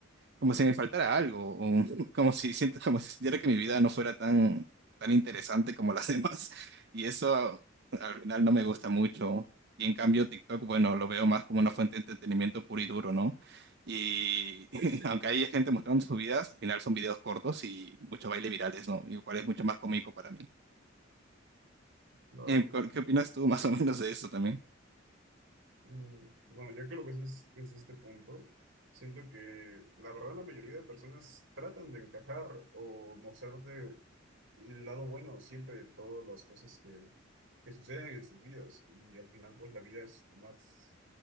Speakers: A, on the right (about 60°); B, on the right (about 85°).
A: como si me faltara algo, o <laughs> como si siento, como si sintiera que mi vida no fuera tan, tan interesante como las <laughs> demás. Y eso al final no me gusta mucho. Y en cambio TikTok, bueno, lo veo más como una fuente de entretenimiento puro y duro, ¿no? Y <laughs> aunque hay gente mostrando sus vidas, al final son videos cortos y mucho baile virales, ¿no? Y lo cual es mucho más cómico para mí.
B: Claro.
A: Eh, ¿cu- ¿Qué opinas tú más o menos de eso también?
B: Mm, Bueno, ya que lo ves es- desde este punto, siento que la verdad la mayoría de personas tratan de encajar o mostrarte el lado bueno siempre de todas las cosas que, que suceden en sus vidas. Y al final, pues la vida es más